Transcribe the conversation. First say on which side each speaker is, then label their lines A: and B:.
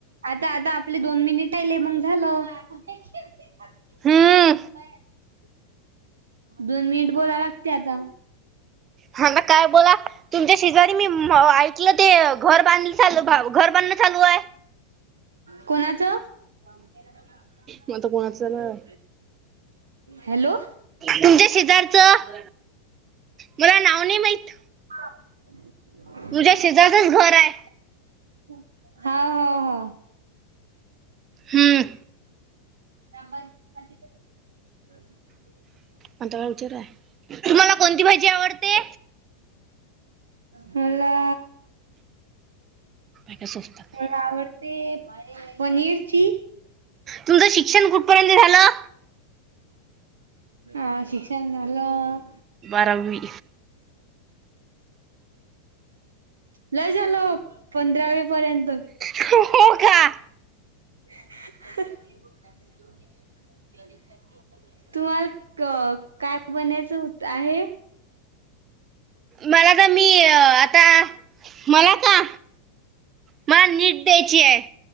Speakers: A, on the right; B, on the right.
A: आता आता आपले दोन मिनिट राहिले, मग झालं. <unintelligible>
B: हम्म
A: दोन मिनिटं बोलावे लागते आता
B: हं ना काय बोला? तुमच्या शेजारी मी ऐकलं ते घर बांध चालू घर बांधण चालू आहे.
A: कोणाचं? <unintelligible>
B: मग आता कोणाचं झालं
A: हॅलो
B: तुमच्या शेजारचं, मला नाव नाही माहित.
A: <unintelligible>
B: तुमच्या शेजारचंच घर आहे
A: हा हा हा
B: हम्म
A: <unintelligible>
B: आता काय विचारूया, तुम्हाला कोणती भाजी आवडते?
A: मला
B: काय सोचतात
A: मला आवडते, पनीरची
B: तुझ शिक्षण कुठपर्यंत झालं?
A: हा शिक्षण झालं
B: बारावी.
A: लय झाल ओ पंधरावी पर्यंत
B: हो का?
A: <inaudible> तुम्हाल क-काय बनायचं हुत आहे?
B: मला का मी अ आता मला का. मला नीट द्यायची आहे.